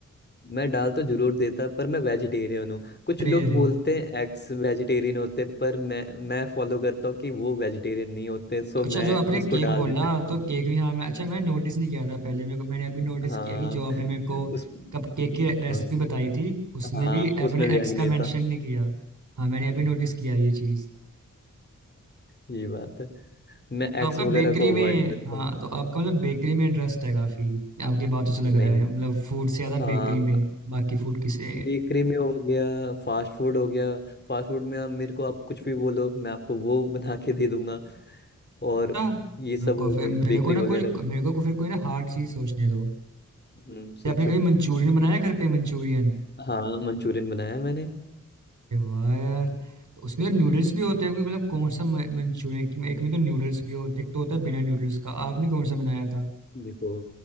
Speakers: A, on the left; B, on the right.
A: मैं डाल तो जरूर देता पर मैं वेजिटेरियन हूँ कुछ
B: अरे
A: लोग
B: अरे
A: बोलते हैं एक्स वेजिटेरियन होते पर मैं मैं फॉलो करता हूँ कि वो वेजिटेरियन नहीं होते सो
B: तो अच्छा
A: मैं
B: जो आपने
A: उसको
B: केक
A: डाल
B: बोला
A: नहीं सकता
B: तो
A: हूँ
B: केक भी हाँ मैं अच्छा मैंने नोटिस नहीं किया था पहले मेरे को मैंने अभी नोटिस
A: हाँ
B: किया कि जो आपने मेरे को
A: उस
B: कप केक की रेसिपी
A: हाँ
B: बताई थी उसमें
A: हाँ
B: भी आपने
A: उसमें व्याग
B: एग्स का
A: नहीं
B: मेंशन
A: था
B: नहीं किया हाँ मैंने
A: हम्म,
B: अभी नोटिस किया ये चीज़
A: ये बात है मैं
B: तो
A: एक्स
B: आपका
A: वगैरह
B: बेकरी
A: को
B: में
A: अवॉइड करता
B: हाँ
A: हूँ
B: तो आपका मतलब बेकरी में इंटरेस्ट है काफ़ी आपकी बातों से लग
A: नहीं
B: रहा है मतलब फूड से ज़्यादा
A: हाँ
B: बेकरी में बाकी फूड किसे
A: बेकरी में हो गया फास्ट फूड हो गया फास्ट फूड में आप मेरे को आप कुछ भी बोलो मैं आपको वो बना के दे दूंगा और
B: अच्छा,
A: ये सब
B: रुको
A: हो
B: फिर
A: गए
B: मेरे
A: बेकरी
B: को ना
A: वगैरह
B: कोई
A: में
B: मेरे को फिर कोई ना हार्ड चीज़ सोचने दो
A: हम्म,
B: क्या
A: सोचो
B: आपने कभी मंचूरियन बनाया घर पे मंचूरियन
A: हाँ मंचूरियन बनाया मैंने
B: अरे वाह यार तो उसमें
A: <laughs>
B: तो नूडल्स भी होते हैं कोई मतलब कौन सा म- मंचूरियन एक एक में तो नूडल्स भी होते हैं एक तो होता है बिना नूडल्स का आपने कौन सा बनाया था
A: देखो